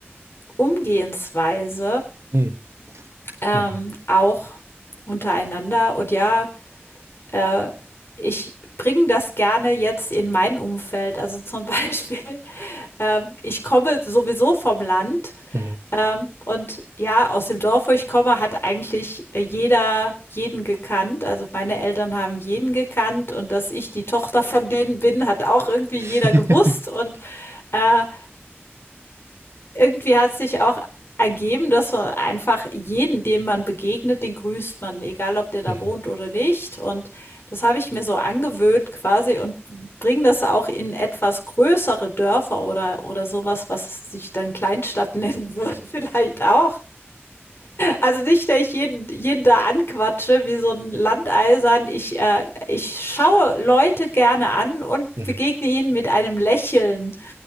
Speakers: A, on the left; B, on the right.
A: Umgehensweise,
B: Mhm.
A: ähm,
B: Mhm.
A: auch untereinander. Und ja, äh, ich bringe das gerne jetzt in mein Umfeld. Also zum <laughs> Beispiel, äh, ich komme sowieso vom Land
B: Mhm.
A: Ähm, und ja, aus dem Dorf, wo ich komme, hat eigentlich äh, jeder jeden gekannt. Also meine Eltern haben jeden gekannt und dass ich die Tochter von denen bin, hat auch irgendwie
B: <laughs>
A: jeder gewusst. Und äh, irgendwie hat sich auch ergeben, dass man einfach jeden, dem man begegnet, den grüßt man, egal ob der da
B: Mhm.
A: wohnt oder nicht. Und das habe ich mir so angewöhnt quasi und bringe das auch in etwas größere Dörfer oder, oder sowas, was sich dann Kleinstadt nennen würde, <laughs> vielleicht auch. Also nicht, dass ich jeden, jeden da anquatsche wie so ein Landeisern. Ich, äh, ich schaue Leute gerne an und
B: Mhm.
A: begegne ihnen mit einem Lächeln.